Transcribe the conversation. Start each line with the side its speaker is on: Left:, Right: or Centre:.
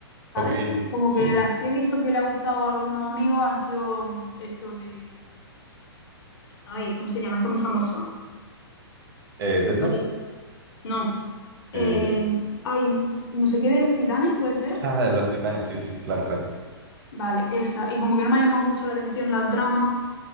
Left: ¿sabes?
Right: Ok,
Left: Como
Right: sí.
Left: que las que he visto que le ha gustado a algunos amigos han sido mm, esto de, ay, ¿cómo se llama? Está muy famosa.
Right: Eh, Death Note.
Left: Ay, no.
Right: Eh,
Left: Eh, ay, no sé qué de los titanes, ¿puede ser?
Right: ah, Los Titanes, sí, sí, sí, claro, claro.
Left: Vale, esa. Y como que no me ha llamado mucho la atención la trama,